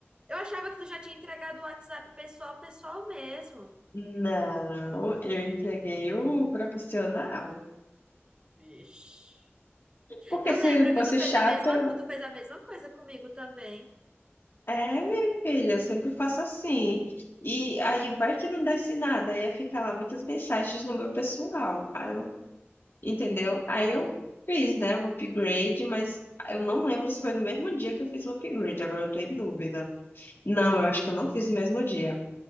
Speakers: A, on the right; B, on the left.
A: Eu achava que tu já tinha entregado o WhatsApp pessoal, pessoal mesmo.
B: Não, eu entreguei o profissional.
A: Vixe.
B: Porque
A: Eu lembro
B: se
A: que
B: fosse
A: tu fez
B: chata,
A: a mesma, tu fez a mesma coisa comigo também.
B: é, minha filha, eu sempre faço assim. E aí vai que não desce nada, aí ia ficar lá muitas mensagens no meu pessoal. Aí eu, Entendeu? Aí eu fiz, né, o upgrade, mas eu não lembro se foi no mesmo dia que eu fiz o upgrade, agora eu tô em dúvida. Não, eu acho que eu não fiz no mesmo dia.